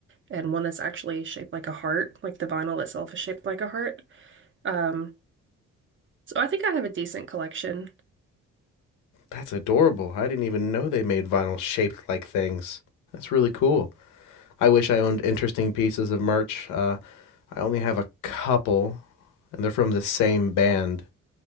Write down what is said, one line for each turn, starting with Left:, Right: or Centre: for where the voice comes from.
Right: and one that's actually shaped like a heart, like the vinyl itself is shaped like a heart. Um, so I think I have a decent collection.
Left: That's adorable. I didn't even know they made vinyl shaped like things. That's really cool. I wish I owned interesting pieces of merch. Uh, I only have a couple, and they're from the same band.